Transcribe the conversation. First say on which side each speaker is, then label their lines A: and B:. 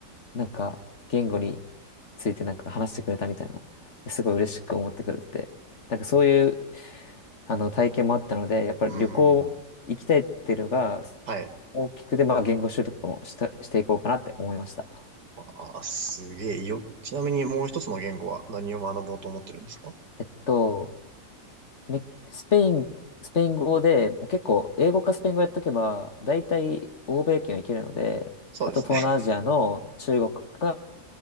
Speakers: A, on the left; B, on the right.
A: なんか、言語についてなんか話してくれたみたいなの、すごい嬉しく思ってくれてて、なんかそういう、あの、体験もあったので、やっぱり旅行行きたいっていうのが
B: うん。はい。
A: 大きくで、まあ言語習得もした、していこうかなって思いました。
B: ああ、すげえよ。ちなみにもう一つの言語は何を学ぼうと思ってるんですか
A: えっと、メスペイン、スペイン語で、もう結構英語かスペイン語やっとけば、大体欧米圏はいけるので、
B: そうですね。
A: あと東南アジアの中国か、